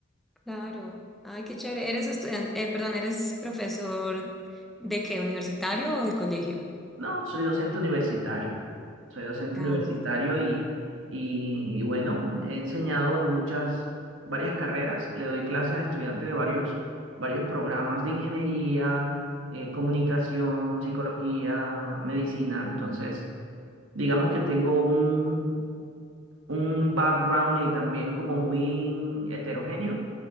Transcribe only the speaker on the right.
No, soy docente universitario. Soy docente
universitario y, y, y bueno, he enseñado en muchas, varias carreras. Le doy clases a estudiantes de varios, varios programas de ingeniería, eh, comunicación, psicología, medicina. Entonces, digamos que tengo un, un background y también como muy heterogéneo,